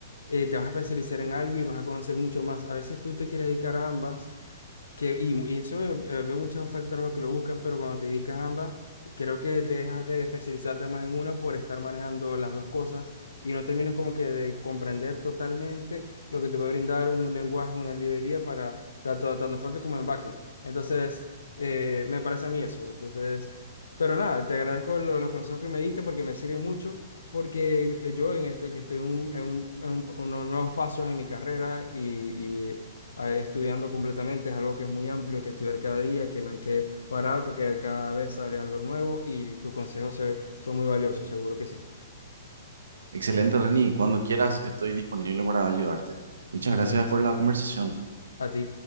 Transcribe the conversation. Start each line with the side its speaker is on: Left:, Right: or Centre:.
Left: eh, te vas a especializar en algo y vas a conocer mucho más. A veces tú te quieres dedicar a ambas que, y, y eso, eh, eh, veo muchas ofertas de trabajo que lo buscan, pero cuando te dedicas a ambas, creo que dejas de especializarte más en una por estar manejando las dos cosas y no terminas como que de comprender totalmente lo que te puede brindar un lenguaje, una librería para tanto, tanto fuerte como en backend. Entonces, eh, me parece a mí eso. Entonces, pero nada, te agradezco lo- los consejos que me diste porque me sirven mucho. Porque eh, yo en esto que estoy en, un- en un- en un- unos nuevos pasos en mi carrera y, y eh, estudiando completamente, es algo que es muy amplio, que estudiar cada día, que no hay que parar porque cada vez sale algo nuevo y tus consejos se- son muy valiosos, seguro que sí.
Right: Excelente, Reni. Cuando quieras, estoy disponible para ayudarte. Muchas
Left: Muchas
Right: gracias
Left: gracias.
Right: por la conversación.
Left: A ti.